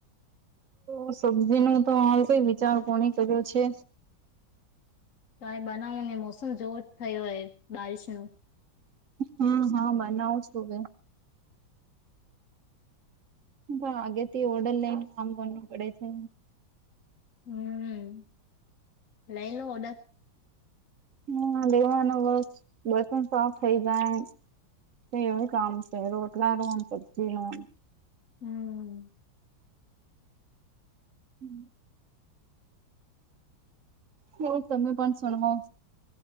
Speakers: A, on the right; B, on the left.
A: ઓ સબ્જીમા તો હાલ કઈ વિચાર કોણી કર્યો છે.
B: કાઈ બનાવું ને મોસમ જોવ જ થયો હે બારિશનુ.
A: હમ્મ હા બનાવું છું અવે. તો આગેથી ઓડર લઈને કામ કરનુ પડે છે.
B: હમ્મ, લઈ લવ ઓડર?
A: હા લેવાનો બસ બસોન સાત થઈ જાહે. તે એવુંય કામ છે રોટલાનું ન સબ્જીનું.
B: હમ્મ.
A: હમ્મ. થોડુંક તમે પણ સુણવો